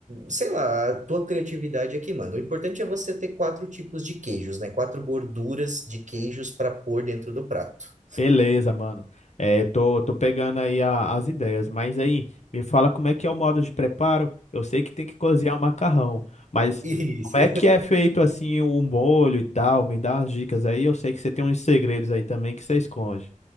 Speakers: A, on the right (about 65°); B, on the left (about 55°).
A: sei lá, a tua criatividade é que manda. O importante é você ter quatro tipos de queijos, né? Quatro gorduras de queijos para pôr dentro do prato.
B: Beleza, mano. É, tô, tô pegando aí a- as ideias, mas aí me fala como é que é o modo de preparo. Eu sei que tem que cozinhar o macarrão, mas
A: <laughs> Isso.
B: como é que é feito assim o molho e tal? Me dá umas dicas aí. Eu sei que você tem uns segredos aí também que você esconde.